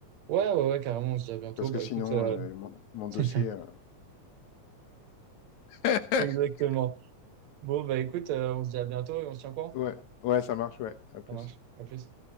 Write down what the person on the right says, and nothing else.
Ouais, ouais, ouais, carrément. On se dit à bientôt.
Bah
écoute, euh,
<laughs>
exactement. Bon, bah écoute, euh, on se dit à bientôt et on se tient au courant.
Ça marche. À plus.